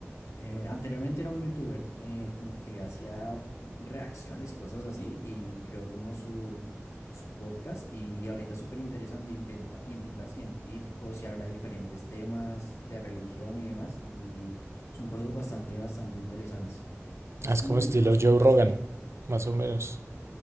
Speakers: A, on the left; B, on the right.
A: Eh, anteriormente era un youtuber, eh, como que hacía reacciones y cosas así, y creó como su, su podcast, y ahorita es súper interesante, inventa- invita a científicos y habla de diferentes temas de religión y demás, y son cosas bastante, bastante interesantes. Es
B: Ah, Es
A: como
B: como
A: l-
B: estilo
A: los
B: Joe
A: podcasts
B: Rogan,
A: que,
B: más o menos.